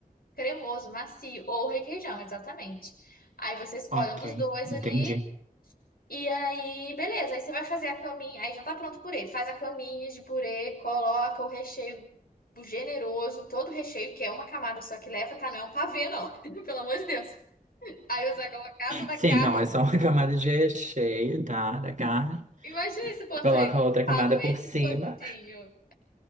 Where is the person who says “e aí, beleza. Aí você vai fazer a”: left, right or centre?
Left